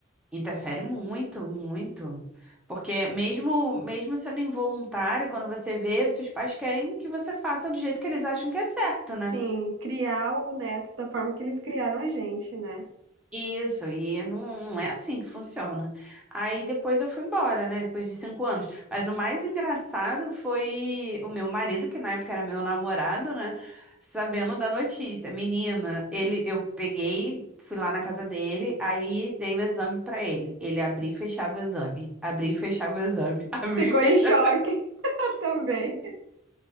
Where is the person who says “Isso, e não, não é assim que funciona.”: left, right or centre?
Centre